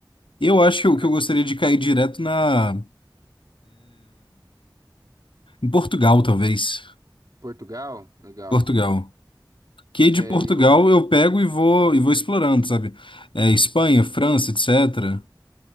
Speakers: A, on the left; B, on the right.
A: Eu acho que eu,
B: Cara,
A: que eu gostaria
B: s-
A: de cair direto na em Portugal, talvez.
B: Portugal? Legal.
A: Portugal. Que
B: É,
A: de Portugal
B: eu.
A: eu pego e vou e vou explorando, sabe? É, Espanha, França, etc.